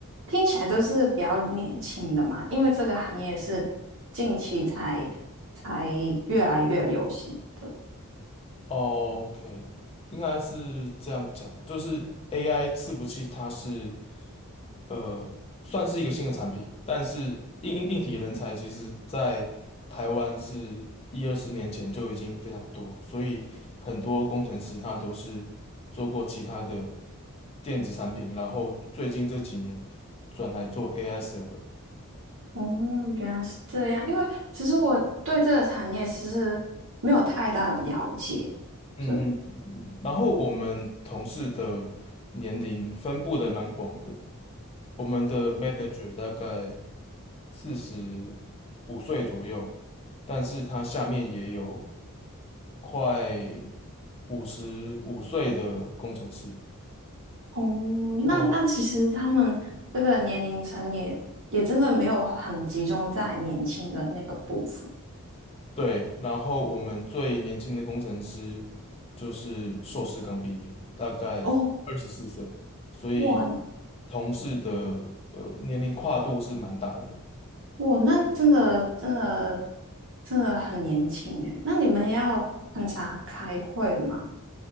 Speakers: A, on the right (about 60°); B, on the left (about 25°).
A: 听起来都是比较年轻的嘛，因为这个行业是近期才才越来越流行的。
B: 哦，OK，应该是这样讲，就是 AI 伺服器它是。呃，算是一个新的产品，但是硬硬硬体人才其实在台湾是一二十年前就已经非常多，所以很多工程师他都是做过其他的电子产品，然后最近这几年转来做 AI server。
A: 哦，原来是这样。因为其实我对这个产业其实没有太大的了解。
B: 嗯嗯嗯嗯嗯。
A: 对，
B: 然后我们同事的年龄分布的蛮广的，我们的 manager 大概四十五岁左右，但是他下面也有。快五十五岁的工程师。
A: 哦，那那其实他们这个年龄层也也真的没有很集中在年轻的那个部分。
B: 哦，对，然后我们最年轻的工程师就是硕士刚毕业，大概二十四岁，
A: 哦，
B: 所以
A: 哇
B: 同事的呃年龄跨度是蛮大的。
A: 哇，那真的真的真的很年轻诶。那你们要很常开会嘛？